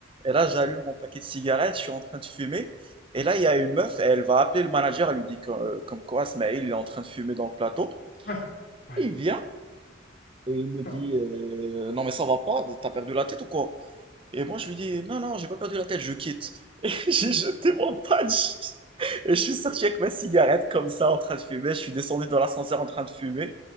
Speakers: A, on the right; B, on the left.
A: Et là, j'allume mon paquet de cigarettes. Je suis en train de fumer. Et là, il y a une meuf. Elle va appeler le manager. Elle lui dit que- euh, comme quoi, Smaïl, il est en train de fumer dans le plateau.
B: Ouais, ouais,
A: Et il vient. Et il me dit,
B: ouais.
A: euh, non mais ça va pas, t'as perdu la tête ou quoi? Et moi je lui dis, non non, j'ai pas perdu la tête, je quitte. <laughs> J'ai jeté mon patch et je suis sorti avec ma cigarette comme ça en train de fumer. Je suis descendu dans l'ascenseur en train de fumer